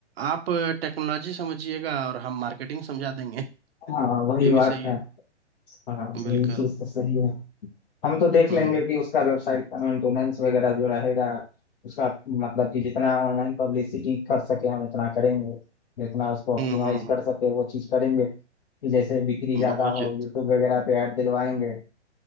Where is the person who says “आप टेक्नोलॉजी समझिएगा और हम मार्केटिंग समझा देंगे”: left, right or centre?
Right